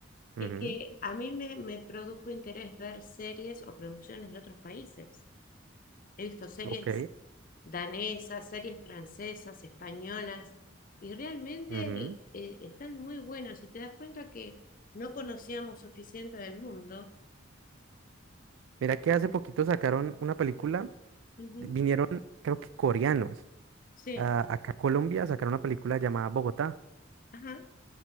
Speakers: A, on the right; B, on the left.
A: ujú,
B: es que a mí me, me produjo interés ver series o producciones de otros países. He visto series
A: ok,
B: danesas, series francesas, españolas, y realmente
A: ujú,
B: eh, están muy buenas. Y te das cuenta que no conocíamos suficiente del mundo.
A: Mira que hace poquito sacaron una película,
B: Ujú.
A: vinieron creo que coreanos
B: Sí,
A: a, acá a Colombia, sacaron una película llamada Bogotá.
B: ajá,